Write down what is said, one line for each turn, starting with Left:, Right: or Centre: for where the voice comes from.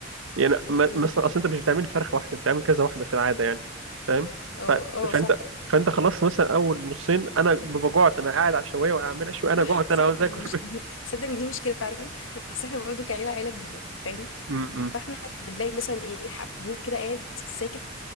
Right: يعني م-
Left: امم
Right: مثلا اصل انت مش بتعمل فرخه واحده انت بتعمل كذا واحده في العاده يعني فاهم
Left: اه
Right: ف...
Left: اه
Right: فانت
Left: صح
Right: فانت خلصت مثلا اول نصين انا ببقى جوعت انا قاعد على الشوايه واعمل اشوي انا
Left: صح
Right: جوعت
Left: صح
Right: انا عاوز
Left: اللي
Right: اكل
Left: مش دي
Right: <laughs>
Left: صدق ان دي مشكله فعلا اصل احنا برضه كعيله عيله كبيره فاهم
Right: م- م.
Left: فاحنا بنلاقي مثلا ايه حب جروب كده قاعد ساكت